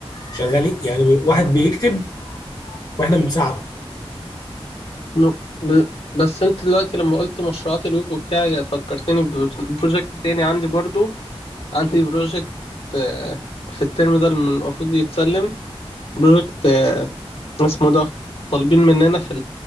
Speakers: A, on the left; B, on the left.
A: شغالين يعني واحد بيكتب واحنا بنساعده
B: ن- ب... بس انت دلوقتي لما قلت مشروعات الويب وبتاع فكرتني ببروجكت تاني عندي برضو عندي بروجكت آه، في الترم ده الم- المفروض يتسلم بروجكت آه، اسمه ده طالبين مننا في